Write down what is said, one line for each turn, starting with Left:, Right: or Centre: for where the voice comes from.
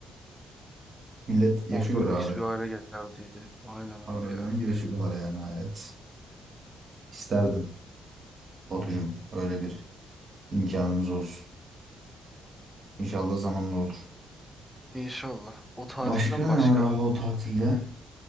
Right: Millet yaşıyor
Centre: Orada
Right: abi.
Centre: lüks bir aile geldiydi. Aynen abi
Right: Harbiden
Centre: ya.
Right: yaşıyorlar yani hayat. İsterdim Batucuğum öyle bir imkanımız olsun. İnşallah zamanla olur.
Centre: İnşallah. O tatilden
Right: Başka
Centre: başka
Right: ne var abi o tatilde?